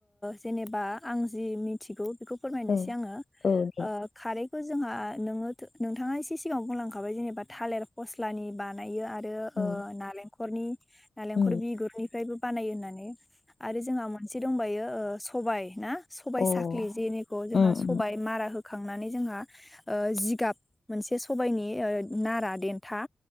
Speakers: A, in the centre; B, on the left.
A: जेनेबा आं जि मिथिगौ बेखौ फोरमायनोसै
B: औ
A: आङो
B: औ दे
A: ओ खारै जोंहा नोङो नोंथाङा एसे सिगाङाव बुंलांखाबाय जेनेबा थालिर फस्लानि बानायो आरो। ओ
B: उम
A: ओं नारें खरनि नालेंखल
B: उम
A: बिगुरनिफ्रायबो बानाय होननानै आरो जोंहा मोनसे दंबायो ओ सबाय ना सबबाय
B: औ
A: साख्लि जेनिखौ जोंहा
B: अ उम
A: सबाय मारा हो खांनानै जोंहा ओ जिगाब मोनसे सबायनि ओ नारा देन्था